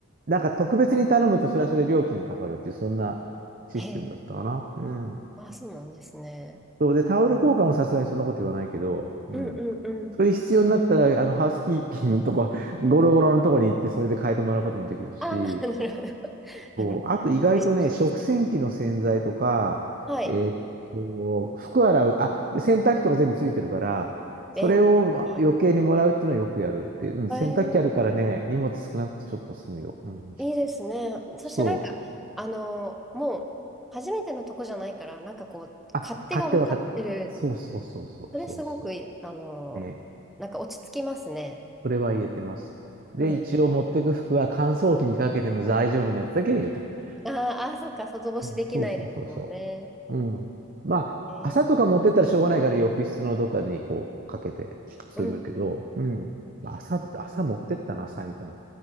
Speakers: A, on the right; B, in the centre.
A: なんか特別に頼むとそれはそれで料金かかるっていう、そんなシステムだったかな。
B: へえ、
A: うん。
B: あ、そうなんですね。
A: そうで、タオル交換もさすがにそんなこと言わないけど、うん。
B: うんうんうん。
A: それ必要になったら、あの、ハウスキーピングのとこ、<laughs> ゴロゴロのとこに行って、それで変えてもらうこともできるし、
B: ああ、なるほど。<laughs> あの、
A: そう。あと意外とね、
B: レジデンス
A: 食洗機の洗剤とか、
B: はい。
A: えーっと、服洗う、あ、で洗濯機とか全部ついてるから、
B: 便利。
A: それを余計にもらうっていうのはよくやる。で、うん、
B: えー、
A: 洗濯機あるからね、荷物少なくてちょっと済むよ。うん。
B: いいですね。そしてなんか、
A: そう。
B: あの、もう、初めてのとこじゃないから、なんかこう、
A: あ、
B: 勝手が分かってる。
A: 買っては買って。そうそうそうそうそうそ
B: それすごくいい、あの、
A: う。ね。
B: なんか落ち着きますね。
A: それは入れてます。で、
B: うん。
A: 一応持ってく服は乾燥機にかけても大丈夫なやつだけ入れてくる。
B: あーあー、そっか、外干しできないですもんね。
A: うんそうそうそうそう。うん。まあ、
B: えー、
A: 朝とか持ってったらしょうがないから浴室のどっかにこうかけてするけど、
B: うん。
A: うん。まあ朝、朝持ってったな、最後の。